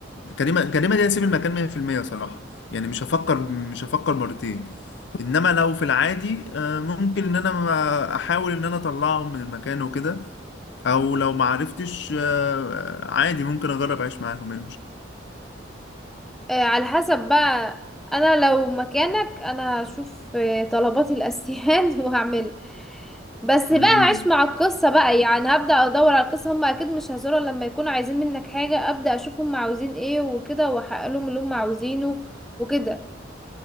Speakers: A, on the left; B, in the centre.
A: جريمة جريمة دي أسيب المكان 100% صراحة يعني مش هفكر مش هفكر مرتين إنما لو في العادي آه، ممكن إن أنا ما- أحاول إن أنا أطلعهم من المكان وكده أو لو ما عرفتش آه، عادي ممكن أجرب أعيش معاهم إيه
B: آه، على حسب بقى انا لو مكانك انا هشوف آه، طلباتي الاساسيات <laughs> وهعمل بس بقى
A: المشكلة
B: هعيش مع القصة بقى يعني هبدأ ادور على القصة هم اكيد مش هيزوروا لما يكونوا عايزين منك حاجة ابدأ اشوف هم عاوزين ايه وكده واحقق لهم اللي هم عاوزينه وكده